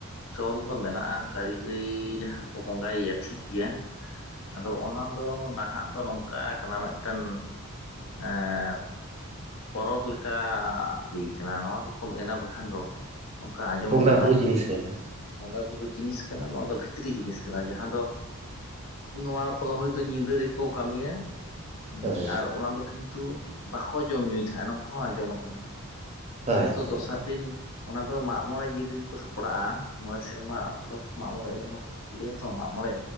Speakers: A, on the left; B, on the right.
A: ᱪᱚᱞ ᱫᱚ ᱢᱮᱱᱟᱜᱼᱟ ᱠᱟᱹᱨᱤ ᱜᱟᱹᱭ ᱡᱟᱦᱟᱸ ᱠᱚ ᱵᱚᱸᱜᱟᱭᱮᱭᱟ ᱴᱷᱤᱠ ᱜᱮᱭᱟ, ᱟᱫᱚ ᱚᱱᱟ ᱫᱚ ᱱᱟᱦᱟᱜ ᱫᱚ ᱱᱚᱝᱠᱟ ᱠᱟᱱᱟ, ᱢᱤᱫᱴᱮᱱ ᱮᱸ ᱯᱚᱨᱚᱵᱽ ᱞᱮᱠᱟ ᱦᱩᱭ ᱠᱟᱱᱟ, ᱱᱚᱣᱟ ᱫᱚᱠᱚ ᱢᱮᱱᱟ ᱵᱟᱠᱷᱟᱱ ᱫᱚ, ᱚᱱᱠᱟ ᱟᱸᱡᱚᱢ
B: ᱵᱚᱸᱜᱟ
A: ᱠᱟᱱᱟ,
B: ᱵᱩᱨᱩ ᱡᱤᱱᱤᱥ ᱠᱟᱱᱟ
A: ᱵᱚᱸᱜᱟ ᱵᱩᱨᱩ ᱡᱤᱱᱤᱥ ᱠᱟᱱᱟ, ᱱᱚᱣᱟ ᱫᱚ ᱵᱷᱤᱛᱨᱤ ᱡᱤᱱᱤᱥ ᱠᱟᱱᱟ, ᱡᱟᱦᱟᱸ ᱫᱚ ᱱᱚᱣᱟ ᱠᱟᱫᱚ ᱦᱚᱭᱛᱳ ᱧᱤᱫᱟᱹ ᱨᱮᱜᱮ ᱠᱚ ᱠᱟᱹᱢᱤᱭᱟ, ᱦᱩᱸ
B: ᱦᱳᱭ
A: ᱟᱨ ᱚᱱᱟ ᱫᱚ ᱠᱤᱱᱛᱩ ᱵᱟᱠᱚ ᱡᱚᱢ ᱧᱩᱭ ᱛᱟᱦᱮᱸᱜ ᱱᱚᱝᱠᱩ ᱦᱚᱸ ᱟᱸᱡᱚᱢ ᱟᱠᱟᱱᱟ᱾ ᱡᱮᱦᱮᱛᱩ
B: ᱟᱪᱪᱷᱟ
A: ᱫᱚᱥᱟᱨ ᱫᱤᱱ ᱚᱱᱟ ᱫᱚ ᱢᱟᱜ ᱢᱚᱬᱮ ᱡᱤᱱ ᱠᱚ ᱥᱟᱯᱲᱟᱜᱼᱟ, ᱢᱚᱬᱮ ᱥᱮᱨᱢᱟ ᱚᱱᱛᱚ ᱠᱚ ᱢᱟᱜ ᱢᱚᱬᱮᱜ ᱨᱮᱦᱚᱸ ᱛᱚ <inaudible> ᱞᱮᱭᱟ ᱛᱚ ᱢᱟᱜ ᱢᱚᱬᱮ᱾